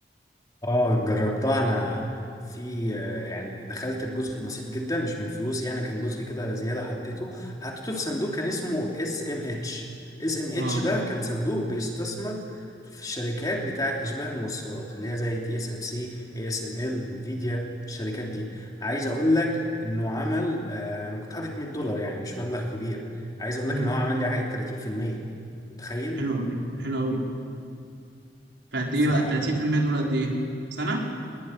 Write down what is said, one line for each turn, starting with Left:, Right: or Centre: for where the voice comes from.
Left: اه جربتها انا في آه، يعني دخلت بجزء بسيط جدا مش من فلوس يعني كان جزء كده زيادة حطيته حطيته في صندوق كان اسمه اس ام اتش اس ام اتش
Right: أه
Left: ده كان صندوق بيستثمر في الشركات بتاعت اشباه الموصلات اللي هي زي تي اس ام سي اي اس ام ال انفيديا الشركات دي عايز اقول لك انه عمل آه، انا كنت حاطط 100 دولار يعني مش مبلغ كبير عايز اقول
Right: مم.
Left: لك ان هو عمل لي عائد 30% متخيل
Right: حلو أوي حلو أوي فقد
Left: ف
Right: إيه بقى ال 30% دول قد إيه؟ سنة؟